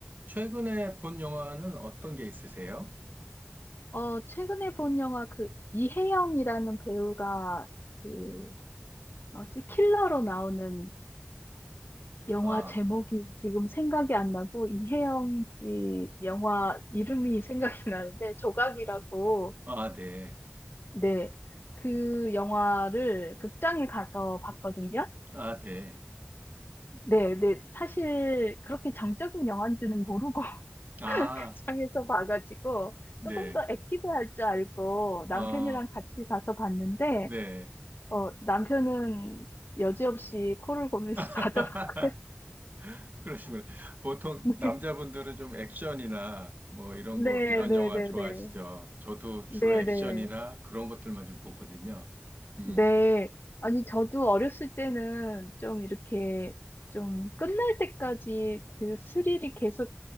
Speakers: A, on the right (about 45°); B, on the left (about 60°).
A: 최근에 본 영화는 어떤 게 있으세요?
B: 어, 최근에 본 영화 그 이혜영이라는 배우가 그 뭐지? 킬러로 나오는 영화
A: 아,
B: 제목이 지금 생각이 안 나고 이혜영 씨 영화 이름이 <laughs> 생각이 나는데 조각이라고
A: 아, 네.
B: 네. 그 영화를 극장에 가서 봤거든요.
A: 아, 네.
B: 네, 네. 사실 그렇게 정적인 영화인지는 모르고 <laughs>
A: 아,
B: 극장에서 봐가지고
A: 네.
B: 조금 더 액티브할 줄 알고 남편이랑
A: 어,
B: 같이 가서 봤는데
A: 네.
B: 어, 남편은 여지없이 코를 골면서
A: <laughs>
B: 자더라고요.
A: 그러시군요. 보통
B: <laughs>
A: 남자분들은 좀 액션이나 뭐 이런
B: 네,
A: 거, 이런
B: 네,
A: 영화
B: 네,
A: 좋아하시죠?
B: 네.
A: 저도
B: 네,
A: 주로 액션이나
B: 네.
A: 그런 것들만 좀 보거든요. 음,
B: 네. 아니, 저도 어렸을 때는 좀 이렇게 좀 끝날 때까지 그 스릴이 계속